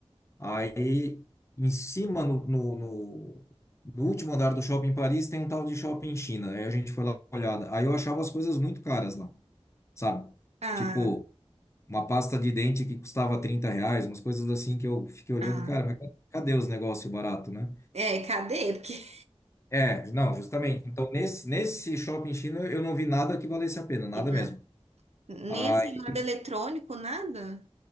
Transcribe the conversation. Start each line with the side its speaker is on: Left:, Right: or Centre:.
Left: Aí, em cima, no, no, no- no último andar do shopping Paris, tem um tal de shopping China. Aí a gente foi lá dar uma olhada. Aí eu achava as coisas muito caras lá, sabe?
Right: Ah,
Left: Tipo, uma pasta de dente que custava 30 reais, umas coisas assim que eu fiquei olhando,
Right: ah.
Left: cara, mas cadê os negócios baratos, né?
Right: É, cadê? Porque
Left: É, não, justamente. Então, nesse, nesse shopping China, eu não vi nada que valesse a pena, nada
Right: Riba-
Left: mesmo.
Right: Nem
Left: Aí,
Right: assim, nada eletrônico, nada.